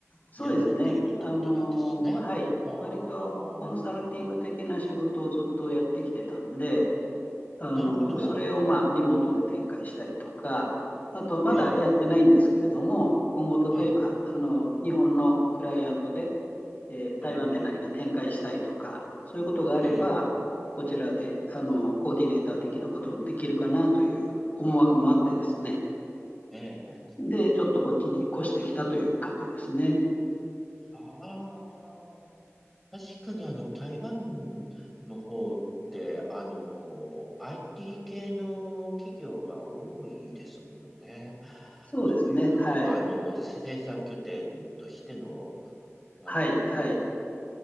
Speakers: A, on the left; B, in the centre.
A: そうですね。
B: やられているってことなんですね。
A: あのーはい。
B: ああ、
A: 割とコンサルティング的な仕事をずっとやってきてたんで、あの、
B: なるほど。
A: それをまあリモートで展開したりとか、あとまだやってないんですけれども、
B: ええ、
A: 今後例えば、
B: ええ、
A: あの、日本のクライアントで、えー台湾で何か展開したいとか、
B: ええ、
A: そういうことがあれば、
B: え
A: こちらで、あの、コーディネーター的なこともできるかなという思惑もあってですね。
B: え、え
A: で、
B: え。
A: ちょっとこっちに越してきたという感じですね。
B: ああ。確かにあの、台湾の方って、あの、IT 系の企業が多いですものね。
A: そうですね。
B: そういう、
A: はい。
B: あの、生産拠点としての、あの、
A: はい。はい。